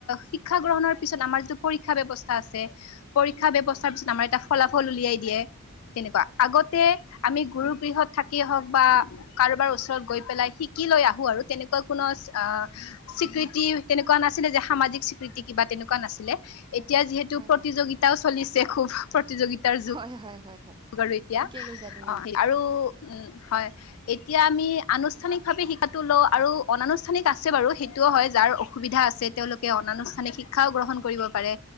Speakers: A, on the left; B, on the right.
A: শিক্ষা গ্ৰহণৰ পিছত আমাৰ যিটো পৰীক্ষা ব্যৱস্থা আছে - পৰীক্ষা ব্যৱস্থাৰ
B: হয় হয়
A: পিছত আমাৰ এটা ফলাফল উলিয়াই দিয়ে তেনেকুৱা
B: হয়
A: আগতে - আমি গুৰু গৃহত থাকিয়ে হওক বা কাৰোবাৰ ওচৰত গৈ পেলাই শিকি লৈ আহো আৰু তেনে- কুৱা কোনো অ স্বীকৃতি তেনেকুৱা নাছিলে যে সামাজিক স্বীকৃতি - কিবা তেনেকুৱা নাছিলে, এতিয়া যিহেতু
B: হয়
A: প্ৰতিযোগিতাও চলিছে খুব প্ৰতিযোগি- তাৰ যোগ
B: হয় হয় হয়
A: আৰু এতিয়া
B: ঠিকে কৈছা তুমি
A: অ আৰু
B: হয় হয়
A: উম হয়। এতিয়া আমি আনুষ্ঠানিকভাৱে শিক্ষাটো লও আৰু অনানুষ্ঠানিক আছে বাৰু সেইটোও হয় যাৰ অসুবিধা আছে - ছে তেওঁলোকে অনানুষ্ঠানিক শিক্ষাও গ্ৰহণ কৰিব পাৰে